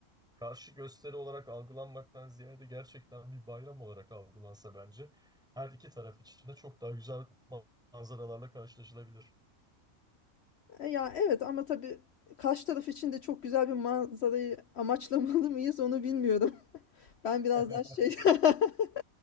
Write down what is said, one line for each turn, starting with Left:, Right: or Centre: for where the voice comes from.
Centre: karşı gösteri olarak algılanmaktan ziyade gerçekten bir bayram olarak algılansa bence her iki taraf için de çok daha güzel ma- manzaralarla karşılaşılabilir.
Left: E, Ya evet ama tabii karşı taraf için de çok güzel bir manzarayı amaçlamalı mıyız onu bilmiyorum. <laughs> Ben biraz
Centre: <laughs>
Left: daha şey <laughs>